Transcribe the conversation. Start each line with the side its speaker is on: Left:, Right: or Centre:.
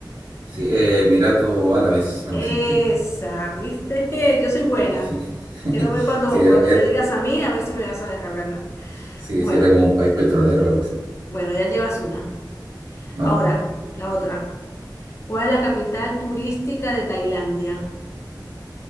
Right: sí, eh, Emiratos Árabes, algo
Left: Esa,
Right: así, sí.
Left: ¿viste? <laughs> Yo soy
Right: Eh,
Left: buena.
Right: Sí. <laughs>
Left: Quiero ver cuando,
Right: Sí, era,
Left: cuando
Right: era-
Left: me digas a mí, a ver si me vas a dejar ganar.
Right: sí,
Left: Bueno,
Right: sí, era como un país petrolero o algo así.
Left: bueno, ya llevas una.
Right: Vamos.
Left: Ahora, la otra. ¿Cuál es la capital turística de Tailandia?